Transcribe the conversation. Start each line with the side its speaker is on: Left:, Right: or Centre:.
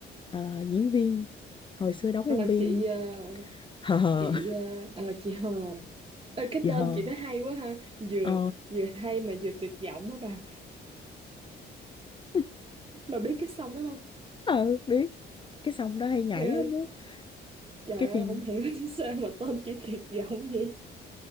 Left: ờ, diễn viên hồi xưa đóng
Right: Ờ,
Left: MV
Right: chị à,
Left: <laughs> hờ hờ
Right: chị à, ờ, chị Hờ ơi cái
Left: chị
Right: tên
Left: hờ
Right: chị đó hay quá ha vừa
Left: ờ
Right: vừa hay mà vừa tuyệt vọng á bà
Left: <laughs>
Right: bà biết cái song đó không
Left: ờ biết cái song đó hay nhảy
Right: trời ơi
Left: lắm á
Right: trời
Left: cái
Right: ơi
Left: phim
Right: không hiểu <laughs> sao mà tên chị tuyệt vọng vậy